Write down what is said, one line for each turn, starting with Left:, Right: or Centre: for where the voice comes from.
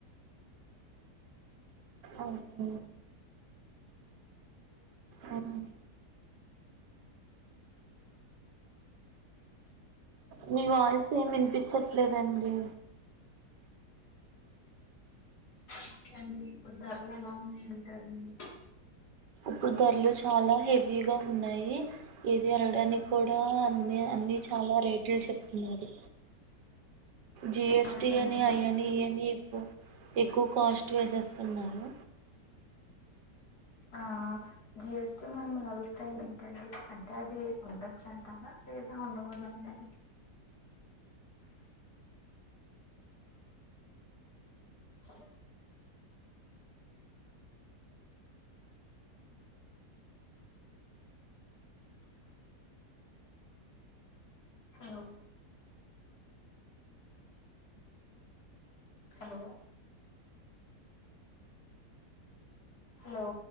Right: అవును. మ్మ్. మీ వాయిస్ ఏమి వినిపించట్లేదండి
Left: ఓే అండి ఇప్పుడు దరలో ఎలా ఉన్నాయి అంటారుడి
Right: ఇప్పుడు ధరలు చాలా హెవీగా ఉన్నాయి ఏది అనడానికి కూడా అన్ని అన్నిీ చాలా రేట్లు చెప్తున్నారు జిఎస్టి
Left: అలా అండి
Right: అని అయ అని ఇవని ఎక్కువ ఎక్కువ కాస్ట్ వేసేస్తున్నారు
Left: ఆ జిఎస్టి మరి మీ అభిప్రాయం ఏంటండి అంటే అది ఉండొచ్చు అంటారా లేదా ఉండకూదు అంటరా అ హలో హలో హలో